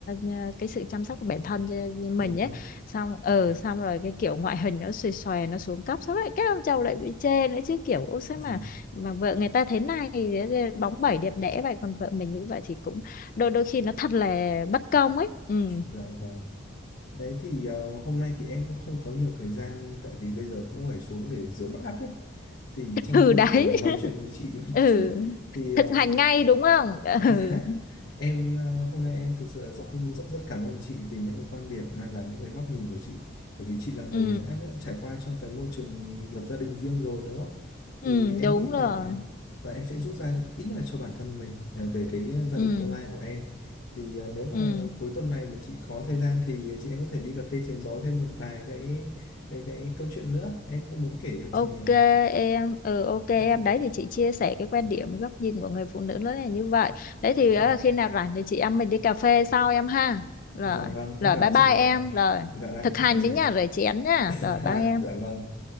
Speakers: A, on the left (about 45°); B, on the left (about 65°).
A: ờ, cái sự chăm sóc của bản thân cho mình
B: đúng
A: ấy
B: rồi
A: xong ờ
B: dạ
A: xong rồi cái kiểu ngoại hình nó xòe xòe nó xuống cấp xong rồi các ông chồng lại bị chê nữa chứ kiểu ô sao
B: dạ
A: mà mà vợ người ta thế này bóng bẩy đẹp đẽ vậy còn vợ mình như vậy thì cũng đôi đôi khi nó thật là bất công ấy ừ
B: dạ vâng đấy thì ờ, hôm nay thì em cũng không có nhiều thời gian tại vì bây giờ cũng phải xuống để rửa bát ấy thì tranh
A: ừ
B: thủ
A: đấy
B: ờ, nói
A: <laughs>
B: chuyện với chị <laughs> một
A: ừ
B: chút thì
A: thực
B: ờ,
A: hành ngay đúng không <laughs> ừ
B: Dạ. Em ờ, hôm nay em thực sự là rất rất rất cảm ơn chị vì những cái quan điểm hay là những cái góc nhìn của chị bởi vì chị là người
A: ừ,
B: đã trải qua trong cái môi trường lập gia đình riêng rồi đúng không? Thì
A: ừ
B: em
A: đúng
B: nghĩ là
A: rồi
B: là em sẽ rút ra ít nhất là cho bản thân mình ờ, về cái gia
A: ừ
B: đình tương lai của em. Thì ờ, nếu mà
A: ừ
B: cuối tuần này mà chị có thời gian thì chị em có thể đi cà phê chém gió thêm một vài cái cái, cái câu chuyện nữa, em cũng muốn kể cho
A: Ok
B: chị nhiều.
A: em, ừ ok em,
B: Dạ.
A: đấy thì chị chia sẻ cái quan điểm góc nhìn của người phụ nữ nó là như vậy. Đấy thì
B: Dạ.
A: ờ, khi nào rảnh thì chị em mình đi cà phê sau em ha. Rồi,
B: Dạ vâng, em
A: rồi
B: cảm
A: bye
B: ơn
A: bye
B: chị nhiều.
A: em, rồi
B: Dạ dạ,
A: thực hành
B: chào chị
A: đấy
B: ạ.
A: nha, rồi chị Ánh nha,
B: <laughs> dạ
A: rồi bye em.
B: dạ vâng